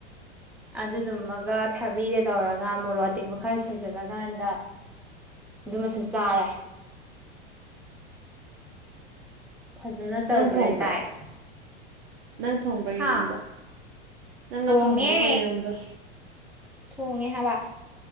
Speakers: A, in the centre; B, on the right.
A: ꯑꯗꯨꯗꯨꯃꯒ ꯊꯕꯤꯒ ꯇꯧꯔꯒ ꯃꯣꯔꯣꯛ ꯑꯇꯦꯛꯄ ꯈꯔ ꯁꯣꯏꯖꯤꯜꯂꯀꯥꯟꯛꯛꯗ ꯑꯗꯨꯃꯁꯨ ꯆꯥꯔꯦ
B: <inaudible>
A: ꯐꯖꯅ ꯇꯧꯒꯔꯦ
B: ꯅꯪ ꯊꯣꯡꯕ꯭ꯔꯥ
A: ꯗꯥꯏꯠ
B: ꯅꯪ ꯊꯣꯡꯕ꯭ꯔꯥ
A: ꯍꯥ
B: ꯌꯦꯔꯨꯝꯗꯣ ꯅꯪꯅ
A: ꯊꯣꯡꯉꯦ
B: ꯊꯣꯡꯕ꯭ꯔꯣꯕ ꯌꯦꯔꯨꯝꯗꯣ
A: ꯊꯣꯡꯉꯦ ꯍꯥꯏꯕ